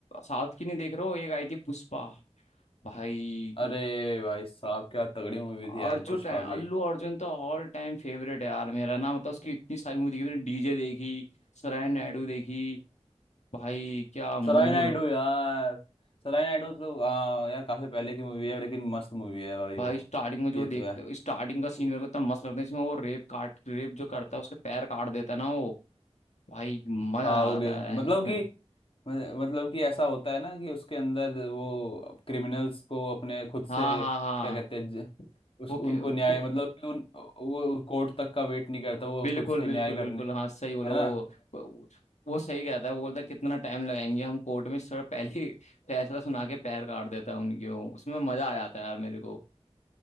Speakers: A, on the left; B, on the left.
A: साउथ की नहीं देख रहे हो एक आई थी पुष्पा भाई
B: अरे भाई साहब क्या तगड़ी मूवी थी
A: अर्जुन
B: यार पुष्पा
A: टाइम
B: भी
A: अल्लू अर्जुन तो ऑल टाइम फेवरेट है यार मेरा ना मतलब उसकी इतनी सारी मूवी देखी मैंने डीजे देखी सराय नायडू देखी भाई क्या मूवी
B: सराय नायडू यार सराय नायडू मतलब हाँ यार काफी पहले की मूवी है लेकिन मस्त मूवी है भाई
A: भाई
B: वो
A: स्टार्टिंग में जो
B: ये
A: देखते
B: तो है
A: स्टार्टिंग का सीन मेरे को इतना मस्त लगता है इसमें वो रेप काट रेप जो करता है उसके पैर काट देता है ना वो भाई मजा
B: हाँ
A: आ
B: हो
A: रहा
B: गया
A: है
B: मतलब कि
A: <laughs>
B: मतलब कि ऐसा होता है ना कि उसके अंदर वो क्रिमिनल्स को अपने खुद से
A: हाँ हाँ हाँ
B: क्या कहते हैं ज- उस
A: वो
B: उनको
A: कि-
B: न्याय
A: को-
B: मतलब कि उन वो कोर्ट तक का वेट नहीं करता वो
A: बिल्कुल
B: खुद से
A: बिल्कुल
B: न्याय करने
A: बिल्कुल हाँ सही बोलो
B: है ना
A: वो वो सही कहता है वो बोलता है कितना टाइम लगाएंगे हम कोर्ट में थोड़ा पहले <laughs> ही फैसला सुना के पैर काट देता है उनके वो उसमें मजा आ जाता है यार मेरे को